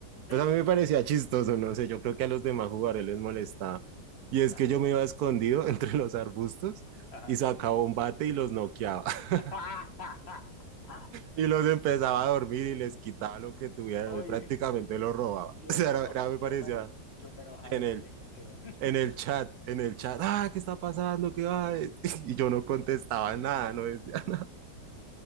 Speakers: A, on the left; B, on the right.
A: Sí,
B: Pues a
A: cuenta.
B: mí me parecía chistoso, no sé, yo creo que a los demás jugadores les molestaba. Y es
A: Ajá,
B: que yo me iba escondido <laughs> entre los arbustos
A: ajá.
B: y sacaba un bate y los noqueaba. <laughs>
A: <laughs>
B: Y los empezaba a dormir y les quitaba lo que tuvieran,
A: Oye,
B: prácticamente los robaba.
A: yo
B: <laughs> O sea,
A: me
B: era,
A: enoja,
B: era- me
A: yo
B: parecía
A: me eno- yo me enojara
B: genial.
A: también, Esteban. <laughs>
B: en el chat, en el chat, ah, ¿qué está pasando? ¿Qué va? <laughs> Y yo no contestaba nada, no decía, <laughs>